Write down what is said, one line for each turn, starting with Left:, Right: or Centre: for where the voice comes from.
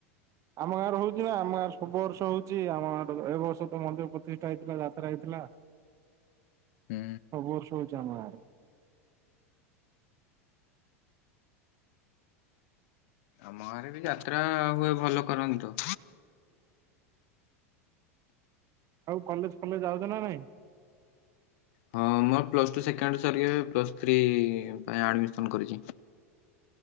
Right: ଆମ ଗାଁରେ ହଉଛି ନା ଆମ ଗାଁ ସବୁ ବର୍ଷ ହଉଛି ଆମ ଗାଁର ଏ ବର୍ଷ ତ ମନ୍ଦିର ପ୍ରତିଷ୍ଠା ହେଇଥିଲା ଯାତ୍ରା ହେଇଥିଲା।
Left: ହୁଁ।
Right: ସବୁ ବର୍ଷ ହଉଚି ଆମ ଗାଁରେ।
Left: ଆମ ଗାଁ ରେ ବି ଯାତ୍ରା ହୁଏ ଭଲ କରନ୍ତି ତ।
Right: ଆଉ କଲେଜ୍ ଫଲେଜ୍ ଯାଉଛ ନା ନାଇଁ।
Left: ହଁ ମୋର ପ୍ଲସ୍ ଟୁ ସେକେଣ୍ଡ ଇୟର୍ ସରିିକ ପ୍ଲସ୍ ଥ୍ରୀ ପାଇଁ ଆଡ଼ମିସନ୍ କରିଛି।